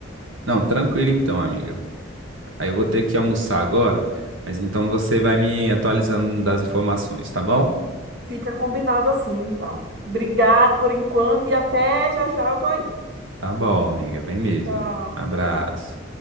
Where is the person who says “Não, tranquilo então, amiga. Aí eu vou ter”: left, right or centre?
Right